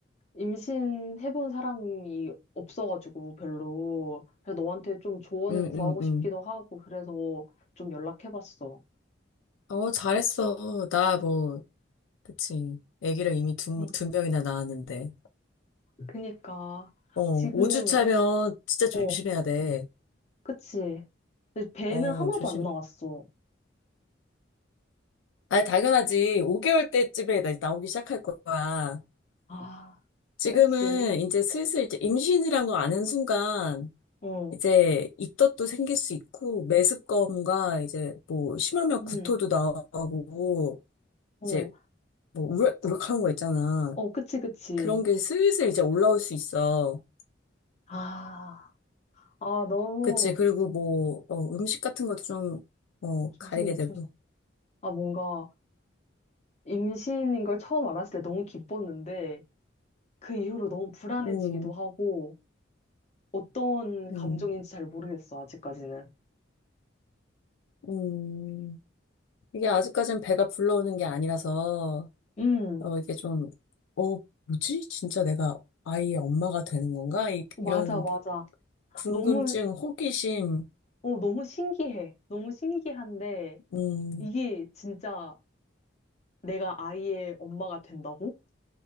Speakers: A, on the left; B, on the left.
A: 임신해본 사람이 없어가지고 별로. 그래서 너한테 좀 조언을
B: 응,
A: 구하고
B: 응, 응.
A: 싶기도 하고, 그래서 좀 연락해봤어.
B: 어, 잘했어. 나 뭐, 그치. 아기를 이미 두,
A: 응.
B: 두 명이나 낳았는데.
A: 그니까,
B: 어,
A: 지금,
B: 5주 차면 진짜 조심해야
A: 어,
B: 돼.
A: 그치. 근데 배는
B: 어,
A: 하나도
B: 조심.
A: 안 나왔어.
B: 아, 당연하지. 5개월 때쯤에 나- 나오기 시작할 거야.
A: 아,
B: 지금은
A: 그치.
B: 이제 슬슬 이제 임신이란 거 아는 순간
A: 어,
B: 이제 입덧도 생길 수 있고 메스꺼움과 이제 뭐 심하면
A: 응,
B: 구토도 나오고
A: 어,
B: 이제 뭐 우럭, 우럭하는 거 있잖아.
A: 어, 그치, 그치.
B: 그런 게 슬슬 이제 올라올 수 있어.
A: 아, 아, 너무,
B: 그치. 그리고 뭐, 어, 음식 같은 것도 좀, 어,
A: 조심,
B: 가리게 되고.
A: 조심. 아, 뭔가, 임신인 걸 처음 알았을 때 너무 기뻤는데 그 이후로 너무 불안해지기도
B: 음,
A: 하고 어떤
B: 음,
A: 감정인지 잘 모르겠어, 아직까지는.
B: 음. 이게 아직까진 배가 불러오는 게 아니라서,
A: 음,
B: 어, 이게 좀, 어, 뭐지? 진짜 내가 아이의 엄마가 되는 건가? 이,
A: 맞아,
B: 이런
A: 맞아.
B: 궁금증,
A: 너무,
B: 호기심,
A: 어, 너무 신기해. 너무 신기한데
B: 음,
A: 이게 진짜 내가 아이의 엄마가 된다고?